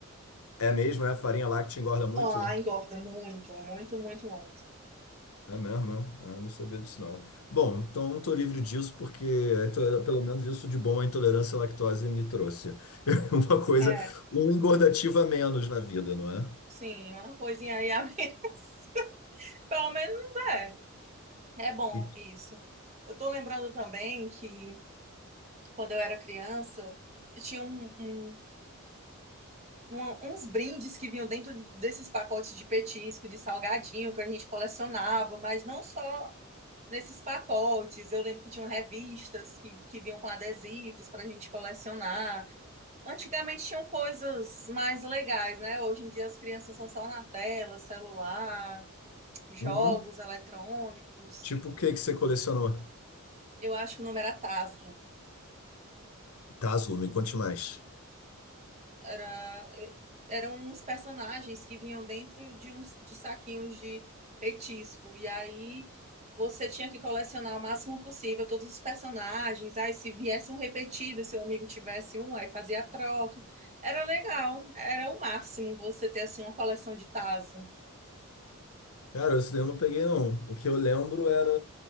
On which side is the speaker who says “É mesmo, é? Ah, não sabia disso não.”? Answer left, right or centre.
Left